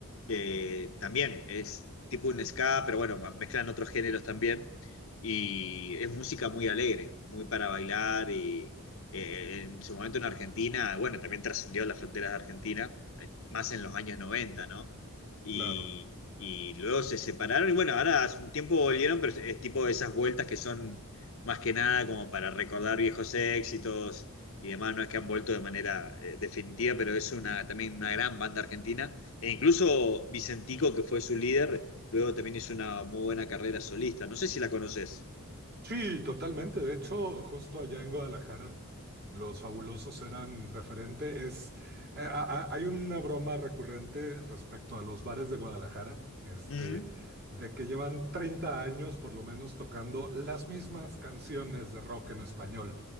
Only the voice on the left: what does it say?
que también es tipo un ska, pero bueno, ma- mezclan otros géneros también. Y es música muy alegre, muy para bailar. Y eh, en su momento en Argentina, bueno, también trascendió las fronteras de Argentina, eh, más en los años noventa ¿no? Y,
y luego se separaron y bueno, ahora hace un tiempo volvieron, pero es tipo esas vueltas que son más que nada como para recordar viejos éxitos y demás, no es que han vuelto de manera eh, definitiva, pero es una, también una gran banda argentina. E incluso Vicentico, que fue su líder, luego también hizo una muy buena carrera solista. No sé si la conoces.
Mm.
Ujú.